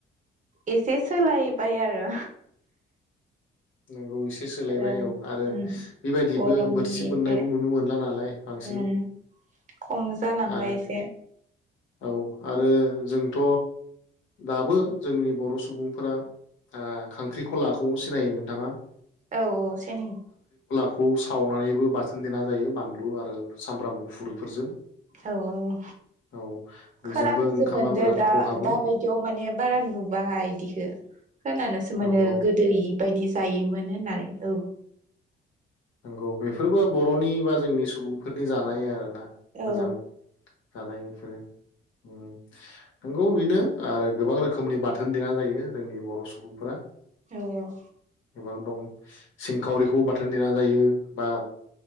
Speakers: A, on the right; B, on the left.
A: एसे सोलायबाय आरो
B: नोंगौ इस एसे सोलायबाय
A: ओ
B: औ आरो
A: उम
B: बेबायदिबो
A: बर'नि
B: बोरसि
A: एसे
B: बोननायबो नुनो मोनला नालाय बांसिन
A: उम खम जालांबाय
B: आरो
A: एसे
B: औ आरो जोंथ दाबो जोंनि बर सुबुंफोरा ओ खांख्रिखलाखौ सिनायोमोन <unintelligible>
A: औ सेनि
B: खौ सावनानैबो बाथोन देना जायो बानलु आरो सामब्राम गुफुरफोरजों
A: औ औ
B: औ बेजोंबो
A: खोनानोसो
B: ओंखामा
A: मोनदो
B: मोजां
A: दा
B: खहाबो
A: दाबायदियाव माने बारा नुबाङा इदिखो खोनानोसो मोनो
B: नंगौ
A: गोदै बायदि जायोमोन होननानै औ
B: नंगौ बेफोरबो बरनि बा जोंनि सुबुंफोरनि जानाय आरो ना
A: औ
B: मोजां जानाय बेफोरो उम नोंगौ बि नो आरो गोबां रोखोमनि बाथोन देना जायो जोंनि बर' सुबुंफोरा
A: औ औ।
B: गोबां दं सिंखावरिखौ बाथोन देना जायो बा